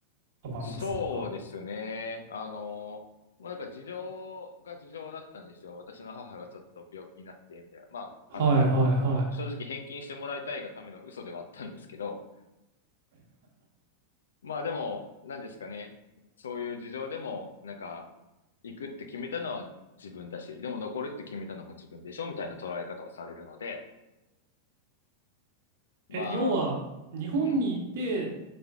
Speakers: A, on the right (about 50°); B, on the left (about 65°).
A: あ、まあ、
B: そうですね。
A: まあそっか。
B: あの、まあなんか事情が事情だったんですよ。私の母がちょっと病気になって、みたいな。まあ、
A: はいはいはい。
B: あの、正直返金してもらいたいがための嘘ではあったんですけど、まあでも、なんですかね。そういう事情でも、なんか、行くって決めたのは自分だし、でも残るって決めたのも自分でしょみたいな捉え方をされるので、
A: <laughs>
B: まあ、
A: え、要は、日本にいて、
B: うん。